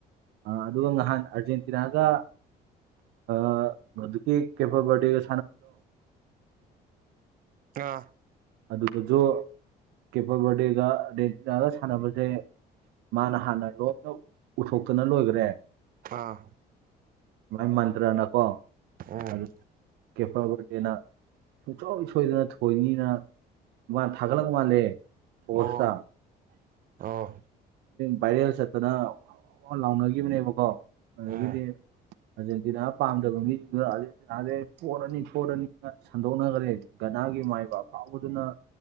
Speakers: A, on the right; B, on the right.
A: ꯑ ꯑꯗꯨꯒ ꯅꯍꯥꯟ ꯑꯥꫪꯖꯦꯟꯇꯤꯅꯥꯒ ꯑ ꯍꯧꯖꯤꯛꯀꯤ ꯀꯦꯐꯕꯥꫪꯗꯦꯖ
B: ꯑꯥ
A: ꯑꯗꯨꯗꯁꯨ ꯀꯦꯄꫪ ꯕꯥꫪꯗꯦꯒ ꯑꯥꫪꯖꯦꯟꯇꯤꯅꯥꯒ ꯁꯥꯟꯅꯕꯁꯦ ꯃꯥꯅ ꯍꯥꯟꯅ ꯂꯣꯏꯅ ꯎꯊꯣꯛꯇꯅ ꯂꯣꯏꯈ꯭ꯔꯦ
B: ꯑꯥ
A: ꯃꯥꯏ ꯃꯟꯇ꯭ꯔꯅꯀꯣ
B: ꯎꯝ
A: ꯑꯗꯨ ꯀꯦꯄ ꯗꯦꯅ ꯁꯨꯡꯁꯣꯏ ꯁꯣꯏꯗꯅ ꯊꯣꯏꯅꯤꯅ ꯃꯥ ꯊꯒꯠꯂꯛ ꯃꯥꯂꯦ ꯄꯣꯁꯇ
B: ꯑꯣ ꯑꯣ
A: ꯚꯥꯏꯔꯦꯜ ꯆꯠꯇꯅ ꯋꯥꯋꯥꯋꯥ ꯂꯥꯎꯅꯈꯤꯕꯅꯦꯕꯀꯣ ꯑꯗꯒꯤꯗꯤ
B: ꯎꯝ
A: ꯑꯥꯖꯦꯟꯗꯤꯅ ꯄꯥꯝ ꯗꯕ ꯃꯤꯁꯤꯡꯗꯨꯅ ꯑꯥꯖꯦꯟꯇꯤꯅꯥꯖꯦ ꯄꫭꯔꯅꯤ ꯄꫭꯔꯅꯤꯅ ꯁꯟꯗꯣꯛꯅꯈ꯭ꯔꯦ ꯒꯅꯥꯒꯤ ꯃꯥꯏꯕ ꯑꯐꯥꯎꯕꯗꯨꯅ <inaudible>